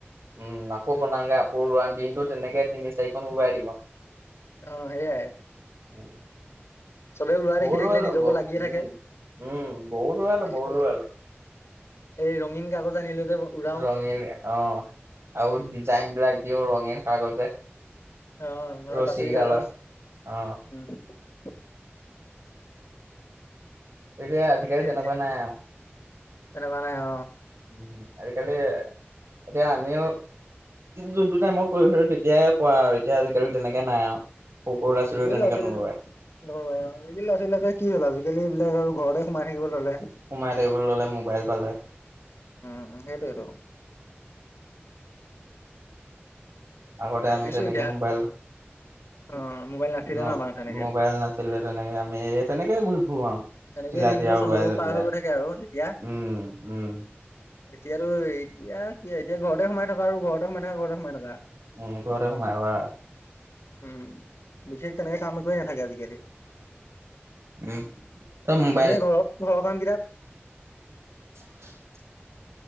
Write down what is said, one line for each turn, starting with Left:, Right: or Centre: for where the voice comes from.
Right: উম আকৌ বনাওগে আকৌ দিনতো তেনেকে তিনি চাৰিখন ওৰৱাই দিম আৰু।
Left: অ হেই আই।
Right: উম।
Left: চবে উৰুৱা
Right: বহুত
Left: দেখি
Right: উৰুৱালো
Left: থাকিলে নিজকো
Right: বহুত
Left: লাগিয়ে
Right: উম
Left: থাকে।
Right: উম' বহুত উৰুৱালো
Left: তাকেতো
Right: বহুত উৰুৱালো।
Left: এই ৰঙীন কাগজ আনিলো যে উৰাও
Right: ৰঙীল অহ। আৰু ডিজাইন বিলাক দিওঁ ৰঙে কাগজে।
Left: আহ নহ'লে
Right: ৰছী
Left: বাতৰি
Right: কেইডালত।
Left: কাগজ
Right: অ
Left: উ।
Right: এতিয়া আজিকালি
Left: তাকে
Right: তেনেকুৱা
Left: এতিয়া
Right: নাই আৰু।
Left: তেনেকুৱা নাই অ
Right: উম। আজিকালি, এতিয়া আমিও। যোনটো টাইমত কৰিছিলো তেতিয়াই কৰা আৰু এতিয়া আজিকালি তেনেকে নাই আও।
Left: আজিকালি ল'ৰা ছোৱালী
Right: <unintelligible>
Left: আজিকালি ল'ৰা-ছোৱালীবিলাক কি হ'ল, আজিকালি এইবিলাক আৰু ঘৰতে সোমাই থাকিব ললে।
Right: সোমাই থাকিবলৈ ল'লে মোবাইল পালে।
Left: উম সেইটোৱেটো।
Right: আগতে
Left: ভাবিছো
Right: আমি তেনেকে
Left: এতিয়া
Right: মোবাইল
Left: অ মোবাইল নাছিলে
Right: ন,
Left: আমাৰ তেনেকে
Right: মোবাইল নছিল যে তেনেকে আমি তেনেকে ঘূৰি ফুৰোঁ আৰু
Left: তেনেকেই
Right: চিলাই
Left: দিনটো
Right: তিলাই
Left: সময়বোৰ
Right: উৱাই লৈ
Left: পাৰ
Right: পেলাই
Left: হৈ গৈ থাকে আৰু তেতিয়া
Right: উম উম।
Left: এতিয়াতো এতিয়া কি এতিয়া ঘৰতে সোমাই থকা আৰু ঘৰতে সোমাই থকা ঘৰতে সোমাই থকা।
Right: উম ঘৰতে সোমাই সোমাই আছোঁ।
Left: উম বিশেষ তেনেকে কাম কৰি নাথাকে আজিকালি।
Right: উম চব মোবাইল
Left: এনেই ঘৰৰ ঘৰৰ কাম কেইটা।
Right: <unintelligible>